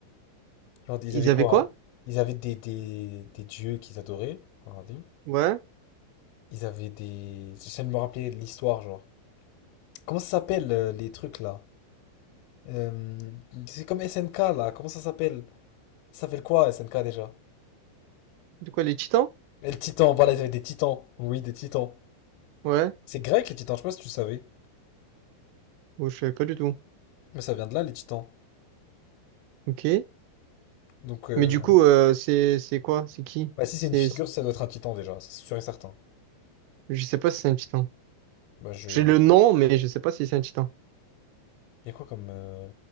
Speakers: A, on the left (about 80°); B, on the right (about 85°).
A: Genre, ils
B: Ils
A: avaient
B: avaient
A: quoi?
B: quoi?
A: Ils avaient des, des, des dieux qu'ils adoraient. Regardez.
B: Ouais.
A: Ils avaient des. J'essaie de me rappeler de l'histoire, genre. Comment ça s'appelle euh, les trucs là? Euh, c'est comme SNK là, comment ça s'appelle? Ça s'appelle quoi SNK déjà?
B: De quoi, les titans?
A: Et le Titan, voilà, ils avaient des Titans. Oui, des Titans.
B: Ouais.
A: C'est grec les Titans, je sais pas si tu savais.
B: Oh, je savais pas du tout.
A: Mais ça vient de là les Titans.
B: Ok.
A: Donc, euh,
B: Mais du coup, euh, c'est c'est quoi? C'est qui?
A: bah, si c'est
B: C'est
A: une figure, ça doit être un Titan déjà, c'est sûr et certain.
B: je sais pas si c'est un titan.
A: Bah, je.
B: J'ai le nom, mais je sais pas si c'est un titan.
A: y a quoi comme euh,